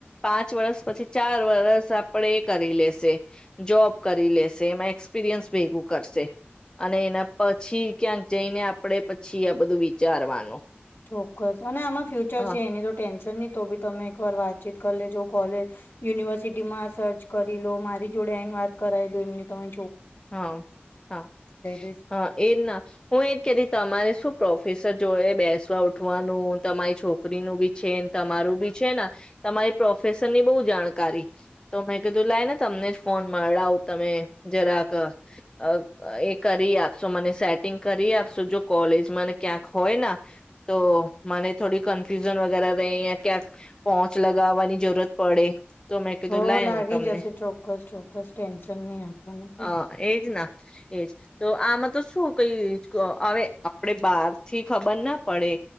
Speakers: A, on the left; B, on the left.
A: પાંચ વર્ષ પછી ચાર વરષ આપડ એ કરી લેશે જોબ કરી લેશે એમાં એક્સપિરયન્સ ભેગું કરશે અને એના પછી ક્યાંક જઈને આપડે પછી આ બધું વિચારવાનું..
B: ચોક્કસ અને આમાં ફ્યુચર
A: હા
B: છે એની તો ટેન્શન તો બી તમે એક વાર વાતચીત કરી લેજો કોલેજ યુનિવર્સિટી માં સર્ચ કરી લો મારી જોડે આને વાત કરાવી દો એમની તમે
A: હા હા
B: દઈશ
A: હા એજ ના હું એજ કેતી તમારે શું પ્રોફેસર જો એ બેસવા ઉઠવાનું તમારી છોકરીનું બી છેને તમારું બી છે ને તમારી પ્રોફેશરની બહુ જાણકારી તો મેં કીધું લાઈને તમને જ ફોન મળાવ તમે જરાક.. એ કરી આપશો મને સેટિંગ કરી આપશો જો કોલેજ મને ક્યાંક હોય તો મને થોડી કન્ફ્યુઝન વગેરે ર અ ક્યાંક પોહોંચ લગાવવાની જરૂરત પડે. તો મેં કીધું
B: હો
A: લાય
B: લાગી
A: હું તમને
B: જશે ચોક્કસ ચોક્કસ ટેન્શન નહી આપને.
A: હ એજ ના એજ તો આમાં. તો શું કઈ હવે આપડ બહારથી ખબર ના પડે